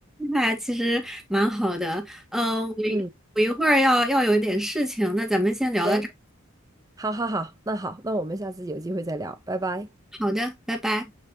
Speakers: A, in the centre; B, on the right.
A: 那其实蛮好的。嗯、我一我一会儿要要有一点事情，
B: 嗯，
A: 那咱们先聊到这儿。
B: 行，好好好，那好，那我们下次有机会再聊，拜拜。
A: 好的，拜拜。